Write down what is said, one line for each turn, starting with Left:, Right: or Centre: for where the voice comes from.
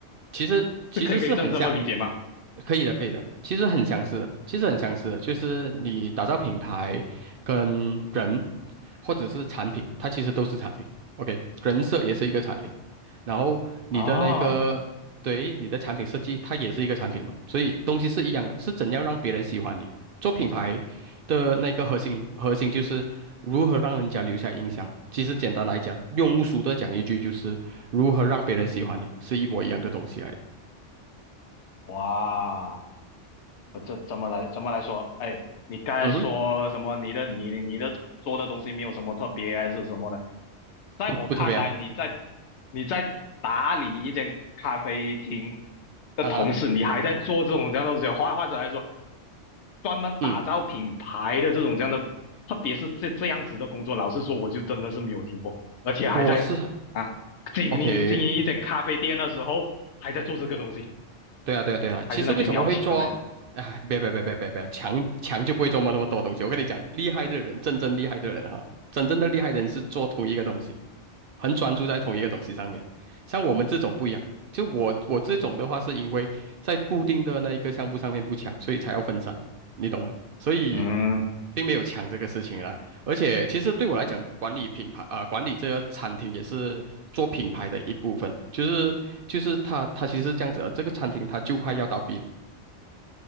Right: 其实其实是很像，
Left: 是可以可以这样这么理解吗？
Right: 可以的，可以的，其实很相似的，其实很相似的，就是你打造品牌跟人或者是产品，它其实都是产品。OK，人设也是一个产品，然后你的那个对你的产品设计，
Left: 啊，
Right: 它也是一个产品嘛，所以东西是一样的，是怎样让别人喜欢你。做品牌的那个核心核心就是如何让人家留下印象。其实简单来讲，庸俗的讲一句就是如何让别人喜欢你，是一模一样的东西来的。
Left: 哇，我这怎么来怎么来说？哎，你刚才说什么？
Right: 嗯哼，
Left: 你的你你的做的东西没有什么特别还是什么的？在我看来，
Right: 不不特别啊，
Left: 你在你在打理一间咖啡厅的同时，
Right: 啊哈，
Left: 你还在做这种这样的东西，或或者来说，专门打造品牌的这种这样的，
Right: 嗯，
Left: 特别是这这样子的工作，老实说，我就真的是没有听过，而且还在啊经营经营一间咖啡店的时候，
Right: 我是 OK，
Left: 还在做这个东西，
Right: 对啊，对啊，对啊。
Left: 还是那句你好强哎，
Right: 其实为什么会做？哎，别别别别别别，强强就不会琢磨那么多东西。我跟你讲，厉害的人，真正厉害的人哈，真正的厉害的人是做同一个东西。很专注在同一个东西上面。像我们这种不一样，就我我这种的话，是因为在固定的那一个项目上面不强，所以才要分散，你懂吗？所以
Left: 嗯，
Right: 并没有强这个事情啦。而且其实对我来讲，管理品牌啊、呃管理这个餐厅也是做品牌的一部分，就是就是它它其实是这样子的，这个餐厅它就快要倒闭了。